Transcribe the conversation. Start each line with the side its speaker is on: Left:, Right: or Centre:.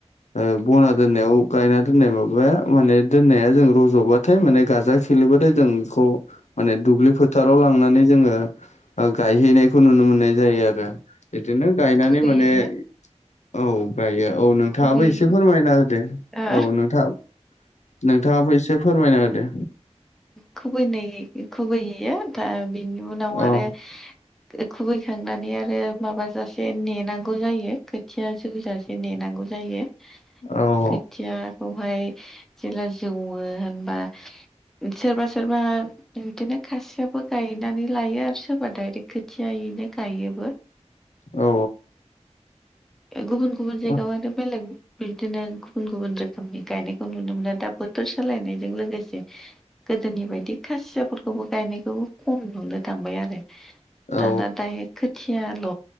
Left: ओ बना दोननायाव गायना दोननाय माबाया माने दोननाया जों रज'बा थाय माने गाजा खेलिेबाथाय जों बेखौ माने दुब्लि फोथाराव लांनानै जोङो गायहैनायखौ नुनो मोननाय जायो आरो बिदिनो गायनानै
Centre: खुबैहैयो
Left: माने औ गायो औ नोंथाङाबो
Centre: खुबैहैयो
Left: एसे फोरमायना होदो
Centre: ओ
Left: औ नोंथाङ नोंथाङाबो एसे फोरमायना हो दे।
Centre: खुबैयनाय खुबैयैया दा बिनि उनाव आरो
Left: अ
Centre: खुबैखांनानै आरो माबाजासे नेनांगौ जायो खोथिया जोजासे नेनांगौ जायो।
Left: औ
Centre: खोथियाखौहाय जेला जौवो होनबा सोरबा सोरबा बिदिनो खासियाबो गायनानै लायो आरो सोरबा दाइरेक्ट खोथियायैनो गायोबो
Left: औ
Centre: गुबुन गुबुन जायगायाव
Left: औ
Centre: आरो बेलेग बिदिनो गुबुन गुबुन रोखोमनि गायनायखौ नुनो मोनो दा बोथोर सालायनायजों लोगोसे गोदोनि बायदि खासियाफोरखौबो गायनायखौबो खम नुनो थांबाय आरो
Left: औ
Centre: दााना दा ए खो थियाल'